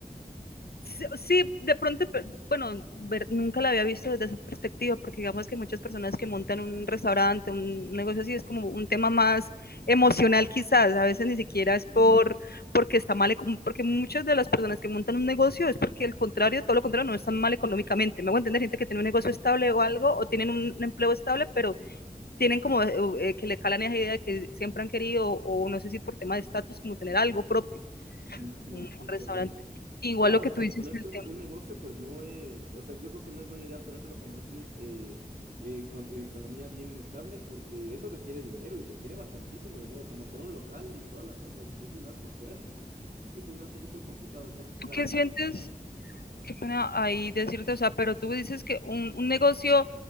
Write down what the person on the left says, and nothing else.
Sí, sí, de pronto, bueno, ver, nunca la había visto desde esa perspectiva, porque digamos que muchas personas que montan un restaurante, un negocio así, es como un tema más emocional quizás, a veces ni siquiera
es por porque está mal, porque muchas de las personas que montan un negocio es porque el contrario, todo lo contrario, no están mal económicamente. Me voy a entender, gente que tiene un negocio estable o algo, o tienen un empleo estable, pero tienen como eh, que le calan esa idea que siempre han querido, o, o no sé si por tema de estatus, como tener algo propio,
un, un
restaurante. Igual
lo que tú
dices,
el
tema
¿Tú
qué sientes? Qué pena ahí decirte, o sea, pero tú dices que un, un negocio,